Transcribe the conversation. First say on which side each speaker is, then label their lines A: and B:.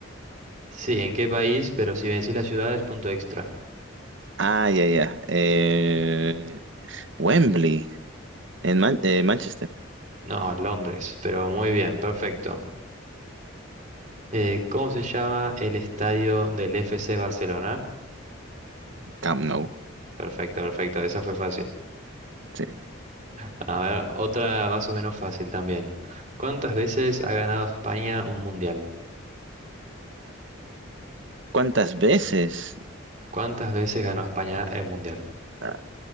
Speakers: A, on the right; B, on the right.
A: Sí, ¿en qué país? Pero si me decís la ciudad es punto extra.
B: Ah, ya, ya. Eh, Wembley, en Man- eh, Manchester.
A: No, Londres, pero muy bien, perfecto. Eh, ¿cómo se llama el estadio del FC Barcelona?
B: Camp Nou,
A: Perfecto, perfecto, esa fue fácil.
B: sí.
A: A ver, otra más o menos fácil también. ¿Cuántas veces ha ganado España un mundial?
B: ¿Cuántas veces?
A: ¿Cuántas veces ganó España el mundial?
B: Ah,